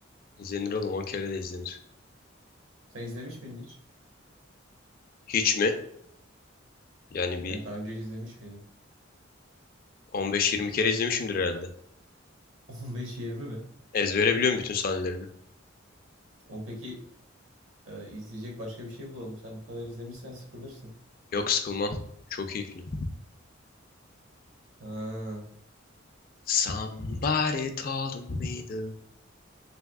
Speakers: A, on the left; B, on the right.
A: İzlenir oğlum 10 kere de izlenir.
B: Sen izlemiş miydin hiç?
A: Hiç mi? Yani bir
B: Yani daha önce hiç izlemiş miydin?
A: on beş yirmi kere izlemişimdir herhalde.
B: <laughs> 15-20 mi?
A: Ezbere biliyorum bütün sahnelerini.
B: On peki e, izleyecek başka bir şey bulalım. Sen bu kadar izlemişsen sıkılırsın.
A: Yok sıkılmam. Çok iyi film.
B: Ha.
A: Somebody told me the...